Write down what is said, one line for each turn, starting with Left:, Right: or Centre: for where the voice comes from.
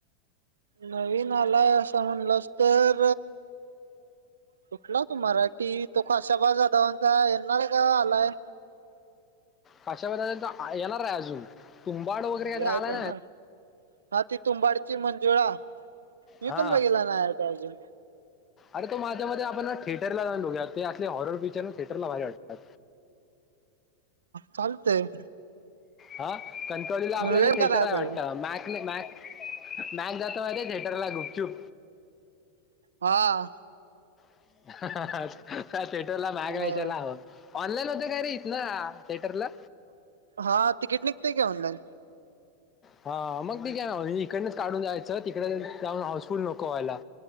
Right: नवीन आलाय असं म्हणल तर कुठला तो मराठी, तो खशाबा जाधवांचा येणार आहे का आलाय?
Left: खाशाबा त्यांचा, येणार आहे अजून. तुंबाड वगैरे काहीतरी
Right: यायच
Left: आला
Right: ना, ह ती तुंबाडची मंजुळा मी
Left: हां
Right: पण बघेला नाय काय अजून
Left: अरे तो माझ्या मते आपण ना थिएटरला जाऊन बघूया, असले हॉरर पिक्चर ना थिएटरला भारी वाटतात.
Right: चालतंय.
Left: हा, कणकवलीला आपल्या
Right: वेळ
Left: इथ थिएटर
Right: करायला
Left: वाटतं,
Right: पाहिजे
Left: मॅकॅ मॅ जातो माहितीये थिएटरला गुपचुप.
Right: हा
Left: <unintelligible>
Right: बर.
Left: ऑनलाईन मध्ये काय राहत ना थिएटरला?
Right: हा तिकीट निघते की ऑनलाईन.
Left: हा मग ठीक आहे ना, इकडनच काढून जायचं तिकडे जाऊन हाऊसफुल नको व्हायला.